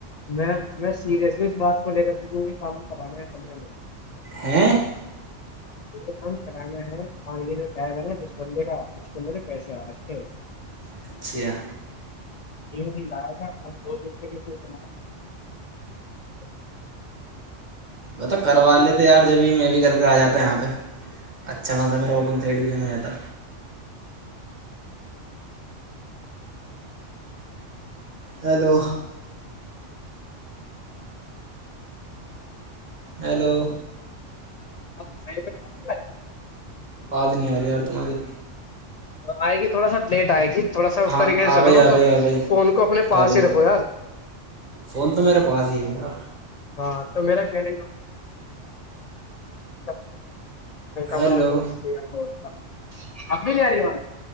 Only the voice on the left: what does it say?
میں میں سیریس بات کو لے کر کے کام کرانا ہے پندرہ من
پ یہ کام کرانا ہے اور یہ جو ٹائب ہے نا جس بندے کا <inaudible> اس پہ مجھے پیسے آرکھے ہے جچ
<inaudible> <inaudible>
ہاں بھائی آواز نہیں آرہی
آئے گی تھوڑا سا لیٹ آئے گی تھوڑا سا
اس طریقے سے
چلو
نا
تو
فون کو اپنے پاس
ہی رکھو یار
ہاں تو میرا کہنے کا مطلب یہ ہے کہ
کمر <inaudible> اب کلیئر آرہی ہے آواز